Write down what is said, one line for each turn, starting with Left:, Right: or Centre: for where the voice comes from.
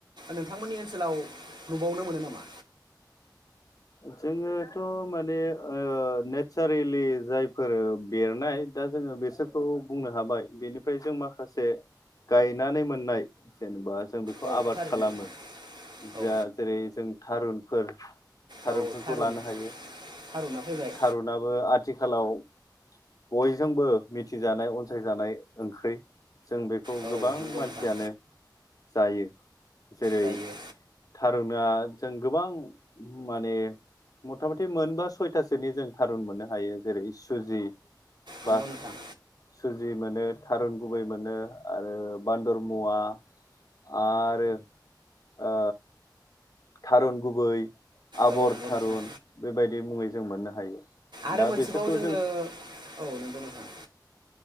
Right: नोंथांमोननि ओनसोलाव नुबावनो मोनो नामा?
Left: जोङोथ माने ओ नेचारेलि जायफोर बेरनाय दा जोङो बिसोरखौ बुंनो हाबाय बेनिफ्राय जों माखासे गायनानै मोननाय जेनेबा जों बेखौ
Right: औ
Left: आबाद
Right: थारैनो
Left: खालामो
Right: नोंथां औ
Left: जा जेरै जों थारुन फोर थारुनफोरखौ
Right: औ थारुन
Left: लानो हायो
Right: थारुना फैबाय
Left: थारुनाबो आथिखालाव बयजोंबो मिथिजानाय अनसायजानाय ओंख्रै जों बेखौ
Right: औ
Left: गोबां
Right: नंगौ
Left: मानसियानो
Right: नोंथां
Left: जायो। जेरै
Right: जायो
Left: थारुना जों गोबां माने मथा मथि मोनबा सयथासोनि जों थारुन मोननो हायो। जेरै सुजि
Right: नंगौ
Left: बास
Right: नोंथां
Left: सुजि मोनो। थारुन गुबै मोनो आरो बान्दर मुवा आरो ओ थारुन गुबै आबर
Right: औ नंगौ
Left: थारुन
Right: नोंथां
Left: बेबायदि मुङै जों मोननो हायो।
Right: आरो
Left: दा
Right: मोनसेबाव
Left: बेसोरखौ
Right: जोङो औ नोंगौ नोंथां